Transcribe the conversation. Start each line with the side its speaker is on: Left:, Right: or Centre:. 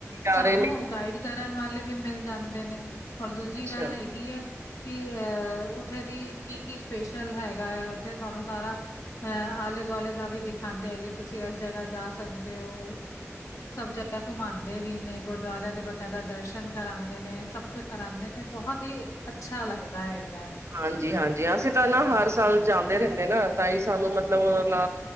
Right: ਜਾ
Left: ਸਾਨੂੰ
Right: ਰਹੇ ਨੇ
Left: ਗਾਈਡ ਕਰਨ ਵਾਲੇ ਵੀ ਮਿਲ ਜਾਂਦੇ ਨੇ। ਔਰ ਦੂਜੀ
Right: ਅੱਛਾ
Left: ਗੱਲ ਹੈਗੀ ਹੈ ਕਿ ਅਹ ਉੱਥੇ ਦੀ ਕੀ-ਕੀ ਸਪੇਸ਼ਲ ਹੈਗਾ ਹੈ, ਉੱਥੇ ਸਾਨੂੰ ਸਾਰਾ ਆ ਆਲੇ-ਦੁਆਲੇ ਦਾ ਵੀ ਦਿਖਾਂਦੇ ਐਗੇ, ਕਿ ਤੁਸੀਂ ਇਸ ਜਗ੍ਹਾ ਜਾ ਸਕਦੇ ਹੋ। ਸਭ ਜਗਾ ਘੁਮਾਂਦੇ ਵੀ ਨੇ, ਗੁਰਦੁਆਰੇ ਦੇ ਬਕਾਇਦਾ ਦਰਸ਼ਨ ਕਰਉਂਦੇ ਨੇ। ਸਭ ਕੁਛ ਕਰਾਉਂਦੇ ਨੇ, ਬਹੁਤ ਹੀ ਅੱਛਾ ਲੱਗਦਾ ਹੈਗਾ ਹੈ।
Right: ਹਾਂਜੀ-ਹਾਂਜੀ, ਅਸੀਂ ਤਾਂ ਨਾ ਹਰ ਸਾਲ ਜਾਂਦੇ ਰਹਿੰਦੇ ਨਾ ਤਾਂ ਹੀ ਸਾਨੂੰ ਮਤਲਬ ਉਹ ਨ